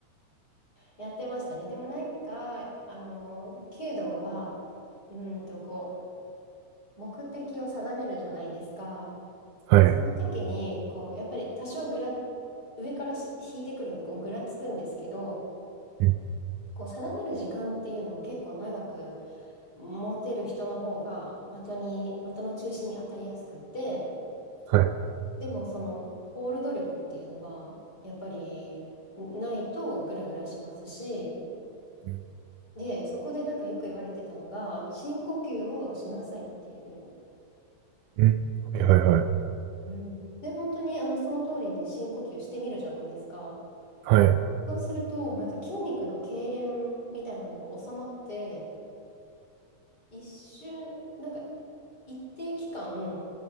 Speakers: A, on the left; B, on the right.
A: やってましたね。でもなんか、あの、弓道は、うーんと、こう、目的を定めるじゃないですか。
B: はい。
A: その時に、こう、やっぱり多少ぐら、上からし引いてくるんで、こう、ぐらつくんですけど、
B: うん
A: こう、定める時間っていうのを結構長く持てる人の方が、的に、的の中心に当たりやすくって、
B: はい。
A: でもその、ホールド力っていうのが、やっぱり、ないとグラグラしますし、
B: うん
A: で、そこでなんかよく言われてたのが、深呼吸をしなさいっていうふうに
B: うんはいはいはい。
A: 言っていて、うん。で、本当にあのその通りに深呼吸してみるじゃないですか。
B: はい。
A: そうすると、なんか筋肉の痙攣みたいなのが収まって、一瞬、なんか一定期間、